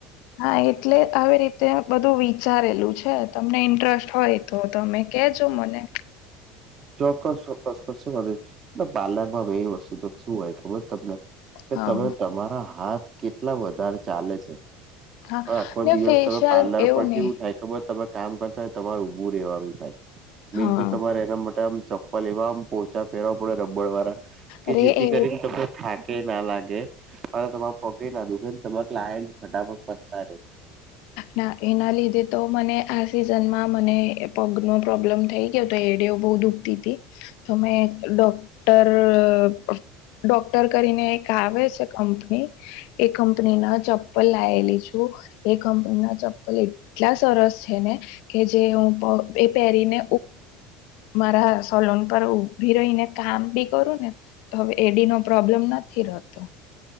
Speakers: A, on the left; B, on the right.
A: હા એટલે આવી રીતે બધું વિચારેલું છે તમને ઇન્ટરેસ્ટ હોય- તો તમે કેજો મને-
B: ચોક્કસ ચોક્કસ શું પ્લર માં મેઈન વસ્તુ તો શું હોય ખબર તમને- કે
A: હા
B: તમે તમારા હાથ કેટલા વધારે ચાલે છે.
A: હા
B: આખો
A: ને
B: દિવસ
A: ફેશિયલ
B: તમે પાર્લર
A: એવું
B: પર
A: નહી
B: કેવું થાય ખબર તમે- કામ કરતા હોય તમારે ઉભું રહેેવાનું થાય મેીન
A: હા
B: તો તમારે માટે- મ ચપ્પલ એવા આમ પોચા પેરવા આપડે રબડ વાળા કે
A: અરે
B: જેથી
A: એ
B: કરીને ત થાકી- ના લાગે અને તમારે પગે ના દોને તમા લાય ફટાફટ પતા ર-
A: ના એના લીધે તો મને આ સિઝનમાં મને પગ નો પ્રોબ્લેમ થઈ- ક તો એડીઓ બહુ દુખતી હતી તોમે ડોક્ટર- ડોક્ટર કરીને એક આવે છે કંપની- એ કંપની ના ચપ્પલ લાયેલી છું. એ કંપની ના ચપ્પલ એટલા સરસ છે ને કે જે હું એ પહેરીને મારા સલોન પર ઉભી રહી ને કામ બી કરું ને તો હવે એડી નો પ્રોબ્લેમ નથી રહતો.